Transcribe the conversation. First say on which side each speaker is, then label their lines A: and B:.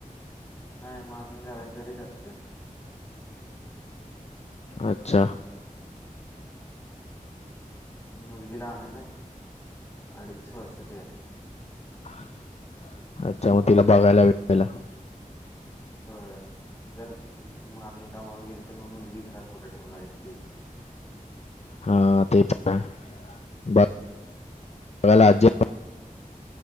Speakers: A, on the left; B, on the left.
A: नाही माझी बी आई घरीच असते
B: अच्छा
A: मुलगी लहान आहे ना अडीच वर्षाची हाय
B: अच्छा! चौथी तिला बघायला भेटलं.
A: हो जर मा्मी कामावर गेली तर मग मुलगी घरात कुठं ठेवणार एकटीच.
B: हा ते पण हाय बघायला आजी